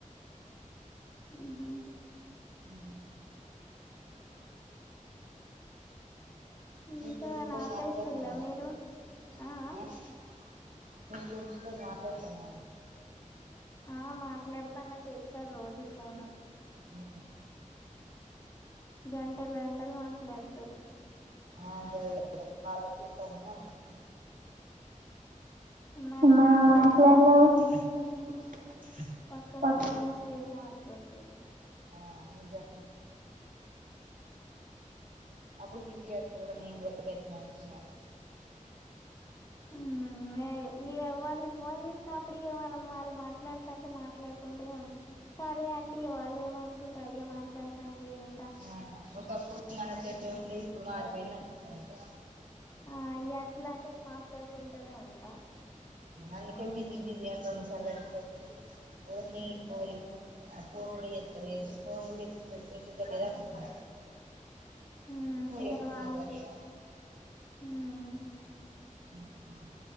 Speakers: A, on the left; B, on the right.
A: ఆహా
B: ఉ <unintelligible>
A: ఇంకా నాటేసిల్లా మీరు ఆ ఆ
B: మీ ఫ్రెండ్స్ తో మాట్లాడ్తన్నవ
A: ఆ మాట్లాడతాన్న చెతరు రోజు ఫోను
B: ఆ
A: గంటలు గంటలు మాట్లాడతరు
B: ఆ గదే వాళ్లకి <unintelligible> <unintelligible>
A: మనం మాట్లాడినవి పక్కన
B: పక్
A: లీవ్స్ ఏమో అనుకుం <unintelligible>
B: ఆ ఇదే అప్పుడు బిజీ అత్తుంది నేన్ కూడ <unintelligible>
A: ఊ మే మీ అవాళ్ళు ఫోన్ చేసినప్పుడు యో వాల్ వాళ్ళు మాట్లా వాళ్ళు మాట్లాడుకుంటేనే <unintelligible> సరే అంటీ వాళ్ళు ఏమనుకుంటా అయ్యో మాట్లాడతానికి ఏమై
B: ఆ ఒకప్పుడు మన తోటే ఉం <unintelligible> ఇప్పుడు మారిపోయిందనుకుంటారు అంతే
A: ఆ అట్లనే మాట్లాడుకుంటనే ఉంట
B: అందుకే బిజీ బిజీ అని రొండు సార్లు వచ్చే సరికీ ఓర్నీ పోరి ఫోన్ కూడ ఎత్త లేదు ఫోన్ కూడ ఎత్తత ఎత్త త లేద అనుకున్న
A: <unintelligible>
B: చెప్పినవు కదా ఇగ <unintelligible>